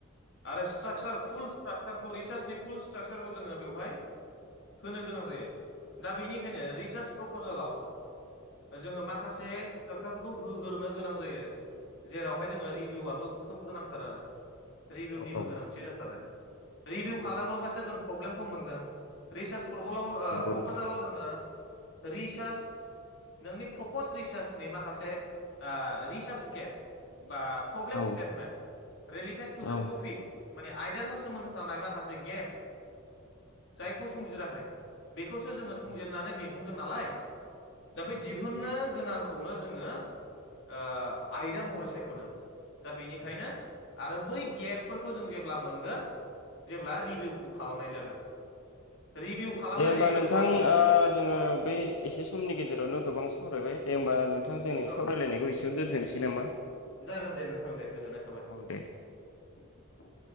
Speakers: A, on the left (about 60°); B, on the left (about 80°).
A: आरो स्ट्राकसार फुल स्ट्राकसार सार रिचार्चसनि फुल स्ट्राकचारखौ जोंङो बेवहाय होनो गोनां जायो दा बेनिखायनो रिसार्च प्रपजेलाव जोंङो माखासे सट्राक्टारफोरखौ होग्रो गोनां जायो जेरावहाय जोङो रिभिउआबो खोब गोनांथार आरो
B: औ
A: रिभिउनिबो गोनांथि जाथारो रिभिउ खालामोबासो
B: औ
A: जों प्रब्लेमखौ मोनगोन रिसार्च प्रब
B: नंगौ
A: प्रपजेलाव
B: नोंथां
A: जोङो रिसार्च नोंनि प्रपस रिसार्चनि माखासे ओ रिसार्च गेप बा प्रब्लेमस
B: औ
A: स्टेटमेन्ट रिलेटेड टु
B: औ
A: दा टपिक माने आयदाजों सोमोन्दो थानाय माखासे गेट जायखौ
B: औ
A: संजिराखै बेखौसो जोङो संजिरनानै
B: औ
A: दिहुनगोन नालाय दा
B: नंगौ
A: बे दिहुननो
B: नोंथां
A: गोनांखौनो जोङो ‌ओ आयदा महरै सायख'दों दा बेनिखायनो
B: औ
A: आरो बै गेपफोरखौ जों जेब्ला मोनगोन जेब्ला रिभिउखौ खालामनाय जागोन रिभिउ खालामनाय
B: दे होमबा
A: जायोबासो
B: नोंथां
A: जोङो
B: ओ जोङो बै एसे समनि गेजेरावनो गोबां सावरायबाय दे होमबा नोंथ दा जोंनि
A: औ
B: सावरायलायनायखौ एसेयाव दोनथोंनोसै नामा
A: जागोन दे नोंथां दे गोजोननाय थाबाय
B: औ दे